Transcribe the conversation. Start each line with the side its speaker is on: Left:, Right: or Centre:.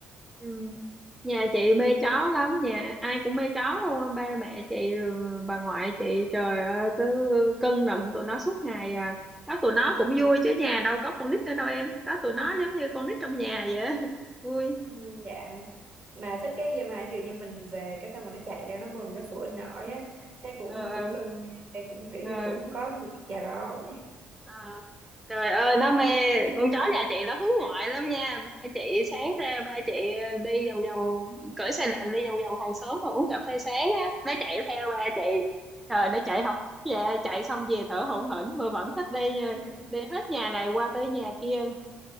Centre: Ừ. Nhà chị mê chó lắm nhà ai cũng mê chó thôi ba mẹ chị rồi bà ngoại chị trời ơi cứ cưng nựng tụi nó suốt ngày à có tụi nó cũng vui chứ nhà đâu có con nít nữa đâu em có tụi nó giống như con nít trong nhà vậy á. <laughs> vui
Right: ừ, dạ mà thích cái gì mà ví dụ như mình về cái xong rồi nó chạy ra nó mừng nó sủa nổi
Centre: Ừ.
Right: á thấy cũng
Centre: ờ
Right: cũng
Centre: ờ
Right: cưng thấy cũng kiểu
Centre: ờ.
Right: như cũng có người chào đón
Centre: Ờ. Trời ơi nó mê con chó nhà chị nó hướng ngoại lắm nha ba chị sáng ra ba chị ờ, đi vòng vòng cởi xe đạp đi vòng vòng hàng xóm mà uống cà phê sáng á nó chạy theo ba chị trời nó chạy học về chạy xong về thở hổn hển mà vẫn thích đi nha
Right: <laughs>
Centre: đi hết nhà này qua tới nhà kia